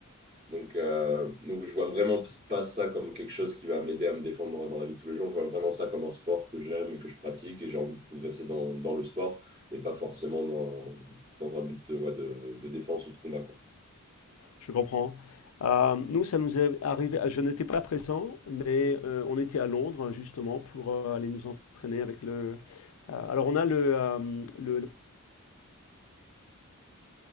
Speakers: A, on the right (about 25°); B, on the left (about 80°).
A: Donc, euh, donc, je vois vraiment pas ça comme quelque chose qui va m'aider à me défendre dans la vie de tous les jours. Je vois vraiment ça comme un sport que j'aime et que je pratique et j'ai envie de progresser dans, dans le sport, mais pas forcément dans, dans un but de, ouais, de, de défense ou de combat, quoi.
B: je comprends. Euh, nous, ça nous est arrivé. Je n'étais pas présent, mais euh, on était à Londres justement pour euh, aller nous entraîner avec le. Euh, alors on a le, euh, le- le-